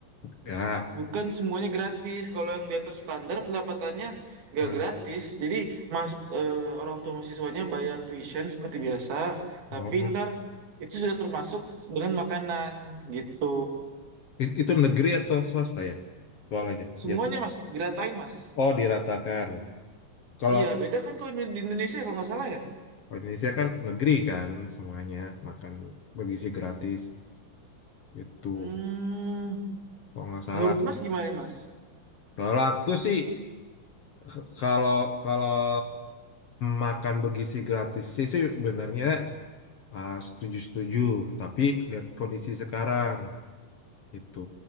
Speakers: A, on the left; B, on the right.
A: Ya.
B: Bukan semuanya gratis. Kalau yang di atas standar pendapatannya nggak
A: Hmm.
B: gratis. Jadi mas eh, orang tua mahasiswanya bayar tuition seperti biasa, tapi
A: Oh.
B: ntar itu sudah termasuk dengan makanan gitu.
A: It- Itu negeri atau swasta ya? Sekolahnya.
B: Semuanya
A: Jat.
B: mas diratain mas.
A: Oh, diratakan. Kalau
B: Iya beda kan kalau di di Indonesia ya, kalau nggak salah ya.
A: kalau Indonesia kan negeri kan semuanya makan bergizi gratis itu
B: Hmm,
A: kalau nggak salah.
B: menurut mas gimana nih, mas?
A: Kalau aku sih k- kalau kalau makan bergizi gratis sih sih sebenarnya ah, setuju-setuju, tapi lihat kondisi sekarang itu.